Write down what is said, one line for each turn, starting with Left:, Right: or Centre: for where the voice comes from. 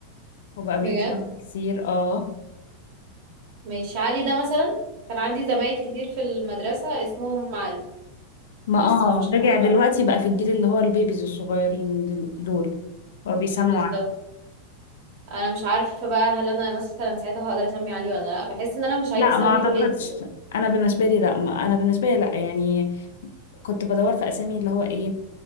Left: وبقى بيتعمل
Right: بجد
Left: كتير اه
Right: ماشي علي ده مثلا كان عندي زمايل كتير في المدرسة اسمهم علي
Left: ما
Right: بس
Left: اه
Right: فمش
Left: رجع
Right: عارفة
Left: دلوقتي
Right: بقى.
Left: بقى في الجيل اللي هو البيبيز الصغيرين دل- دول هو بيسموا
Right: بالظبط
Left: عليه
Right: أنا مش عارفة بقى هل أنا مثلا ساعتها هقدر أسمي علي ولا لأ بحس إن أنا مش عايزة
Left: لا
Right: أسمي
Left: ما اعتقدش
Right: ولادي
Left: انا بالنسبه لي لا ما انا بالنسبه لي لا يعني كنت بدور في اسامي اللي هو ايه